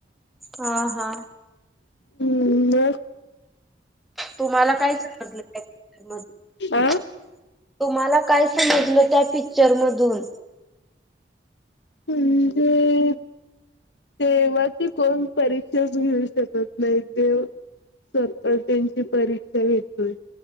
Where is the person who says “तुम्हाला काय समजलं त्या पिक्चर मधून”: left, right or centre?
Centre